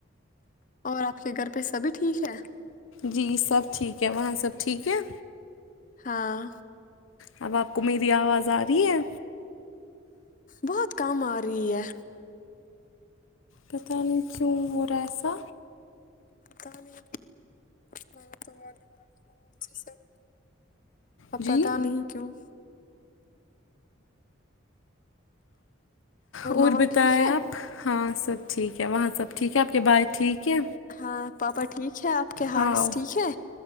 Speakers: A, on the left; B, on the left.
A: اور آپ کے گھر پہ سبھی ٹھیک ہے
B: جی سب ٹھیک ہے وہاں سب ٹھیک ہے
A: ہاں
B: اب آپ کو میری آواز آ رہی ہے
A: بہت کم آ رہی ہے
B: پتہ نہیں کیوں ہورا سا
A: <unintelligible> د نہیں م نے تومول لڑ کو اچھے سر اب
B: جی
A: پتا نہیں کیوں
B: اور
A: مما
B: بتائیں
A: ٹھیک ہے
B: آپ ہاں سب ٹھیک ہے وہاں سب ٹھیک ہے آپ کے بائے ٹھیک ہے
A: ہاں پاپا ٹھیک ہے آپ کے ہارث
B: ہاں
A: ٹھیک ہے